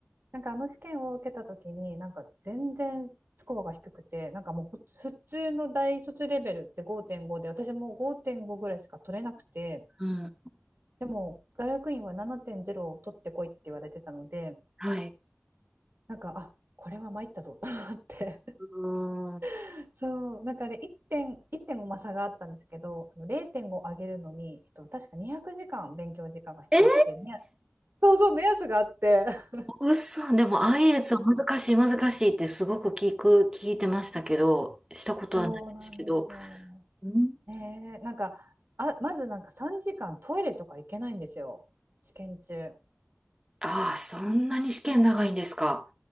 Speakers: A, on the right; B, on the right.
A: なんかあの試験を受けた時になんか全然スコアが低くてなんかもう普通の大卒レベルって5.5で私もう5.5ぐらいしか取れなくて
B: うん、
A: でも大学院は7.0を取ってこいって言われてたので
B: はい。
A: なんかあこれは参ったぞと思って
B: うん。
A: <laughs> そうなんかあれ1点1.5まあ差があったんですけど0.5上げるのに、えっと、確か200時間勉強時間が必要っていうね
B: えー、
A: そうそう目安があって <laughs>
B: 嘘。でも IELTS は難しい難しいってすごく聞く、聞いてましたけど、したことはないですけど。
A: そうなんですよ
B: うん
A: ねえ、なんか、あ、まずなんか3時間トイレとか行けないんですよ。試験中。
B: ああ、そんなに試験長いんですか。